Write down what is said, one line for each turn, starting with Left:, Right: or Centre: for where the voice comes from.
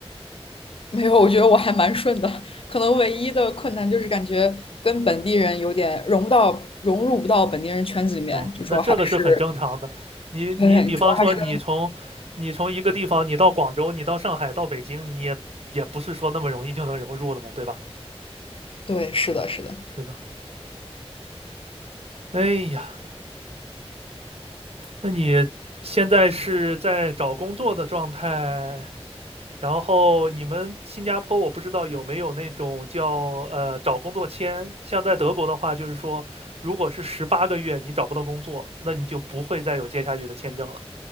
Left: 没有，我觉得我还蛮顺的，可能唯一的困难就是感觉跟本地人有点融不到、融入不到本地人圈子里面，
Right: 哦，
Left: 就说还是，
Right: 那这个是很正常的。你你比方说，
Left: 对，主要还是跟，
Right: 你从你从一个地方，你到广州，你到上海，到北京，你也也不是说那么容易就能融入的嘛，对吧？
Left: 对，是的，是的。
Right: 是的。哎呀，那你现在是在找工作的状态，然后你们新加坡我不知道有没有那种叫呃找工作签，像在德国的话，就是说如果是十八个月你找不到工作，那你就不会再有接下去的签证了。